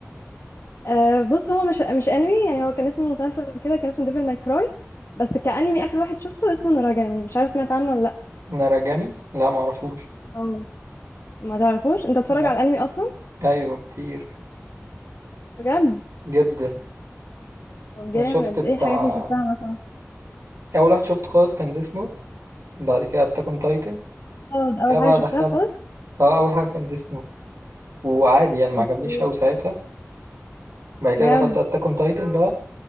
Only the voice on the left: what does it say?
أه بص هو مش مش انمي يعني هو كان اسمه مسلسل كده كان اسمه ديفل ماي كراي بس كانمي اخر واحد شفته اسمه نوراجامي مش عارف سمعت عنه ولا لا
اه ما تعرفوش انت بتتفرج
على الانمي اصلا
بجد
طب جامد
ايه الحاجات اللي شفتها مثلا
اه ده اول
حاجه شفتها
خالص
اوكي
بجد